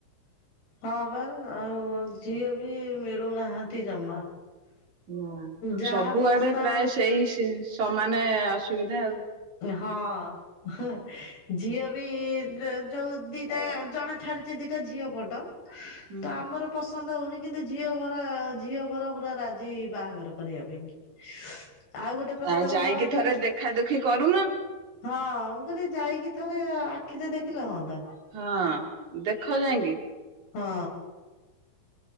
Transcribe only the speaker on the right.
ହୁଁ
ସବୁଆଡେ
ପ୍ରାୟ ସେଇମାନେ ସୁବିଧା ଆଉ।
ହୁଁ
ଆଉ ଯାଇକି
ଥରେ ଦେଖା ଦୁଖି କରୁ
ହଁ ଦେଖ ଯାାଇଁକି।